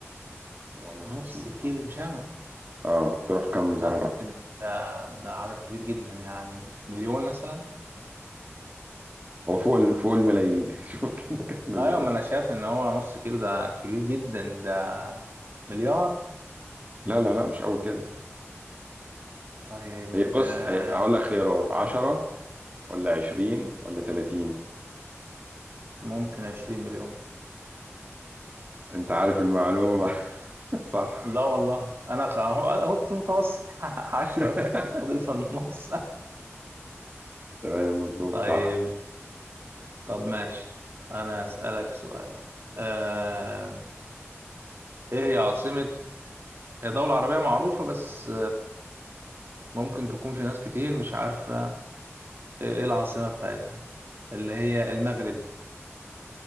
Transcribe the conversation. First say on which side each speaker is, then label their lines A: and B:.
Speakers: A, on the right (about 35°); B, on the right (about 50°).
A: 450
B: نص كيلو
A: جرام
B: شمع
A: اه تروح كام
B: لا
A: زهرة
B: ده كده ده عدد كبير جدا يعني مليون مثلا
A: هو فوق ال- فوق الملايين <laughs> شوف كده كام مليون
B: ايوه ما انا شايف ان هو نص كيلو ده كبير جدا ده مليار
A: لا لا لا مش قوي كده
B: طيب
A: هي بص
B: آه...
A: هي- هقول لك خيارات 10 ولا 20 ولا 30
B: ممكن عشرين مليون
A: انت عارف المعلومة <laughs> صح
B: لا والله انا خ... هو- انا كنت متوسط <laughs> عشرة
A: <laughs>
B: وتلاتين فاضل في النص
A: تمام مظبوط
B: <laughs> طيب
A: صح
B: طب ماشي انا اسألك سؤال آه... ايه هي عاصمة هي دولة عربية معروفة بس ممكن تكون في ناس كتير مش عارفة ايه العاصمة بتاعتها اللي هي المغرب